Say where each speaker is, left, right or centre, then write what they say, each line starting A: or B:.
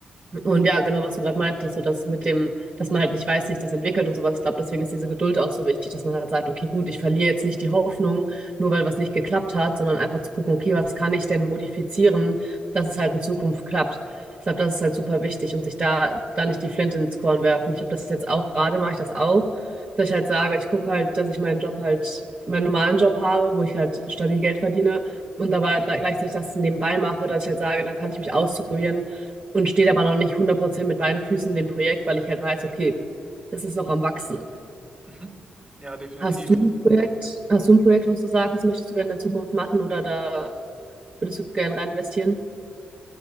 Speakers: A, on the right; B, on the right.
A: Und ja, genau, was du gerade meintest, so dass mit dem, dass man halt nicht weiß, wie sich das entwickelt und sowas. Ich glaube, deswegen ist diese Geduld auch so wichtig, dass man halt sagt, okay, gut, ich verliere jetzt nicht die Hoffnung, nur weil was nicht geklappt hat, sondern einfach zu gucken, okay, was kann ich denn modifizieren, dass es halt in Zukunft klappt. Ich glaube, das ist halt super wichtig und sich da, da nicht die Flinte ins Korn werfen. Ich habe das jetzt auch gerade, mache ich das auch, dass ich halt sage, ich gucke halt, dass ich meinen Job halt, meinen normalen Job habe, wo ich halt stabil Geld verdiene und dabei gleichzeitig das nebenbei mache, dass ich halt sage, dann kann ich mich ausprobieren und steht aber noch nicht 100% mit beiden Füßen in dem Projekt, weil ich halt weiß, okay, das ist noch am Wachsen.
B: Mhm. Ja, definitiv.
A: Hast du ein Projekt, hast du ein Projekt, was du sagst, das möchtest du gerne in der Zukunft machen oder da würdest du gerne rein investieren?